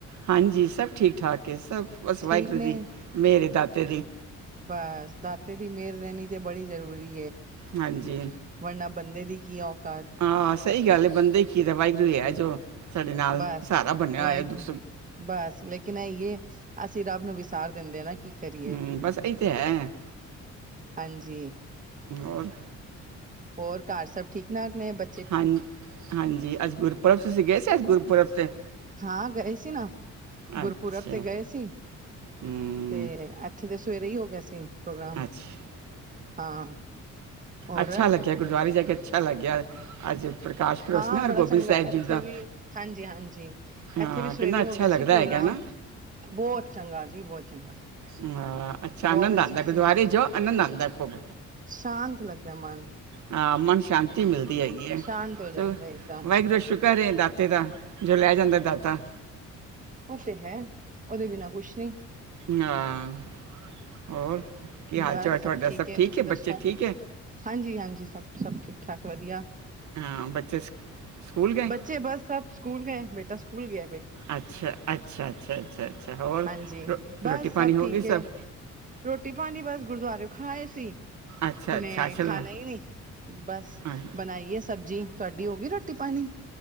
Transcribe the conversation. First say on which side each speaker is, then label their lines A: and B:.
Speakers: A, on the right; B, on the right.
A: ਹਾਂਜੀ ਸਭ ਠੀਕ ਠਾਕ ਸਭ ਬਸ ਵਾਹਿਗੁਰੂ
B: ਠੀਕ ਨੇ
A: ਜੀ ਮੇਰੇ ਦਾਤੇ ਜੀ
B: ਬਸ ਦਾਤੇ ਦੀ ਮਿਹਰ ਰਹਿਣੀ ਤੇ ਬੜੀ ਜ਼ਰੂਰੀ
A: ਹਾਂਜੀ
B: ਵਰਨਾ ਬੰਦੇ ਦੀ ਕੀ ਔਕਾਤ
A: ਹਾਂ ਸਹੀ ਗੱਲ ਹੈ ਬੰਦੇ ਕੀ ਦਾ ਵਾਹਿਗੁਰੂ ਇਹ ਜੋ ਸਾਡੇ ਨਾਲ
B: ਬਸ
A: ਸਾਰਾ ਬਣਿਆ
B: ਵਾਹਿਗੁਰੂ
A: ਹੋਇਆ ਦੁਖ
B: ਬਸ ਲੇਕਿਨ ਇਏ ਅਸੀਂ ਰੱਬ ਨੂੰ ਵਿਸਾਰ ਦਿੰਦੇ ਨਾ ਕੀ ਕਰੀਏ
A: ਹਮ ਬਸ ਇਹੀ ਤੇ ਹੈ
B: ਹਾਂਜੀ
A: ਹੋਰ
B: ਹੋਰ ਘਰ ਸਭ ਠੀਕ ਠਾਕ ਨੇ ਬ
A: ਹਾਂ ਹਾਂਜੀ ਅੱਜ ਗੁਰਪੁਰਬ ਤੁਸੀਂ ਗਏ ਸੀ ਅੱਜ ਗੁਰਪੁਰਬ ਤੇ
B: ਹਾਂ ਗਏ ਸੀ ਨਾ ਗੁਰਪੁਰਬ
A: ਅੱਛਾ
B: ਤੇ ਗਏ ਸੀ
A: ਹੂੰ
B: ਤੇ ਇੱਥੇ ਦੇ ਸਵੇਰੇ ਹੀ ਹੋ ਗਿਆ ਸੀ ਪ੍ਰੋਗਰਾਮ
A: ਅੱਛਾ
B: ਹਾਂ ਹੋਰ
A: ਅੱਛਾ ਲੱਗਿਆ ਗੁਰਦੁਆਰੇ ਜਾ ਕੇ ਅੱਛਾ ਲੱਗਿਆ ਅੱਜ ਪ੍ਰਕਾਸ਼ ਪੁਰਬ
B: ਹਾਂ
A: ਸੀ ਨਾ ਹਰਗੋਬਿੰਦ
B: ਬੜਾ ਚੰਗਾ
A: ਸਾਹਿਬ
B: ਇੱਥੇ
A: ਜੀ ਦਾ
B: ਵੀ ਹਾਂਜੀ ਹਾਂਜੀ
A: ਹਾਂ
B: ਇੱਥੇ ਵੀ ਸਵੇਰੇ
A: ਕਿੰਨਾ ਅੱਛਾ
B: ਹੋ ਗਿਆ
A: ਲੱਗਦਾ
B: ਸੀ ਪ੍ਰੋਗਰਾਮ
A: ਹੈਗਾ ਨਾ
B: ਬਹੁਤ ਚੰਗਾ ਜੀ ਬਹੁਤ ਚੰਗਾ
A: ਹਾਂ, ਅੱਛਾ
B: ਬਹੁਤ
A: ਆਨੰਦ ਆਉਂਦਾ
B: ਅੱਛਾ
A: ਗੁਰਦੁਆਰੇ
B: ਸੀ
A: ਜਾਓ ਆਨੰਦ ਆਉਂਦਾ ਖੂਬ
B: ਸ਼ਾਂਤ ਲੱਗਦਾ ਮਨ
A: ਆ ਮਨ ਸ਼ਾਂਤ ਹੈਗੀ ਹੈ
B: ਸ਼ਾਂਤ ਹੋ ਜਾਂਦਾ
A: ਚੱਲੋ
B: ਇੱਕਦਮ
A: ਵਾਹਿਗੁਰੂ ਸ਼ੁ ਕਰੇ ਦਾਤੇ ਦਾ ਜੋ ਲੈ ਜਾਂਦਾ ਦਾਤਾ
B: ਉਹ ਤੇ ਹੈ ਉਹਦੇ ਬਿਨਾ ਕੁਛ ਨਹੀਂ
A: ਹਾਂ ਹੋਰ ਕੀ ਹਾਲ
B: ਬਸ
A: ਚਾਲ
B: ਸਭ
A: ਤੁਹਾਡਾ
B: ਠੀਕ ਹੈ ਤੁਸੀਂ ਦੱਸੋ
A: ਬੱਚੇ ਠੀਕ ਹੈ
B: ਹਾਂਜੀ ਹਾਂਜੀ ਸਭ ਸਭ ਠੀਕ ਠਾਕ ਵਧੀਆ
A: ਹਾਂ ਬੱਚੇ ਸਕ- ਸਕੂਲ ਗਏ
B: ਬੱਚੇ ਬਸ ਸਭ ਸਕੂਲ ਗਏ ਬੇਟਾ ਸਕੂਲ ਗਏ
A: ਅੱਛਾ ਅੱਛਾ ਅੱਛਾ ਅੱਛਾ ਅੱਛਾ ਹੋਰ
B: ਹਾਂਜੀ ਬਸ
A: ਰੋਟੀ
B: ਸਭ
A: ਪਾਣੀ ਹੋ
B: ਠੀਕ
A: ਗਈ
B: ਹੈ
A: ਸਭ
B: ਰੋਟੀ ਪਾਣੀ ਬਸ ਗੁਰਦੁਆਰਿਓ ਖਾ ਆਏ ਸੀ
A: ਅੱਛਾ
B: ਹੁਣੇ
A: ਅੱਛਾ ਚਲੋ
B: ਖਾਣਾ ਹੀ ਨਹੀਂ ਬਸ
A: ਹਾਂ।
B: ਬਣਾਈਏ ਸਬਜ਼ੀ ਤੁਹਾਡੀ ਹੋ ਗਈ ਰੋਟੀ ਪਾਣੀ